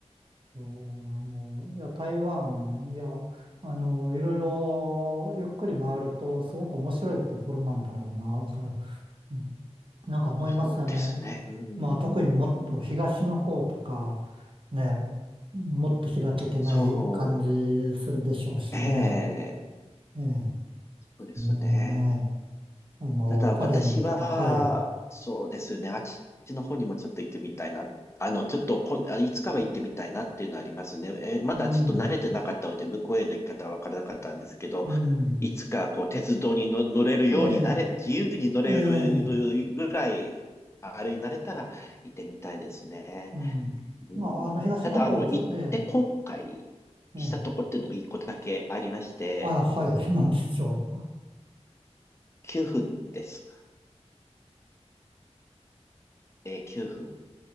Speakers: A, on the right; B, on the left.
A: う、うんいや、台湾、いや、あの、いろいろゆっくり回ると、すごく面白いところなんだろうな、と、うんなんか思いますよね。
B: そうですね。うん、
A: まあ、特にもっと東の方とか、ね、もっと開けてない感じするでしょうしね。
B: そう、えー、
A: ええ、
B: そうですね。
A: うん、ね。あの、
B: ただ私は、
A: カレンとか、はい。
B: そうですね、あっちの方にもちょっと行ってみたいな。あの、ちょっとこん、あいつかは行ってみたいなっていうのはありますね。えーまだちょっと慣れてなかったので、
A: うん、
B: 向こうへの行き方はわからなかったんですけど、
A: うん、
B: いつかこう、鉄道にの乗れるようになれ、
A: ええ、
B: 自由に乗れる
A: ええ、
B: ぐらい、あれになれたら行ってみたいですね。
A: うん。
B: うん。
A: まあ、あの、東の方、
B: ただ、あの、
A: ずえ
B: 行って後悔
A: え、
B: したとこっていうのも一個だけありまして、
A: ええ、あ、はい、<laughs> なんでしょう。
B: 9分です。えー、9分。